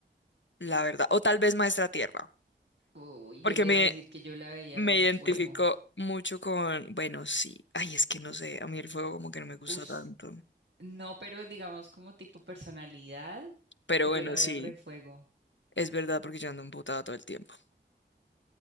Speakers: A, on the left; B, on the right.
A: la verdad, o tal vez maestra tierra,
B: Uy,
A: porque
B: yo le
A: me,
B: iba a decir que yo la veía
A: me
B: como
A: identifico
B: fuego.
A: mucho con, bueno, sí, ay, es que no sé, a mí el fuego como que no me gusta
B: Us-
A: tanto,
B: no, pero digamos como tipo personalidad,
A: pero
B: yo
A: bueno,
B: la veo
A: sí,
B: re fuego.
A: es verdad porque yo ando emputada todo el tiempo,